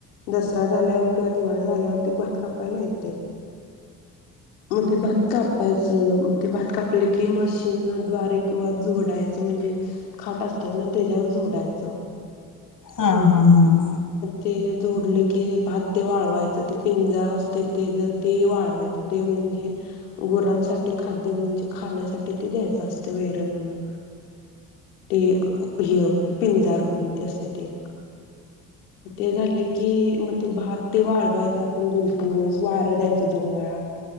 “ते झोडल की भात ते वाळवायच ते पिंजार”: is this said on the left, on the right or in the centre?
Left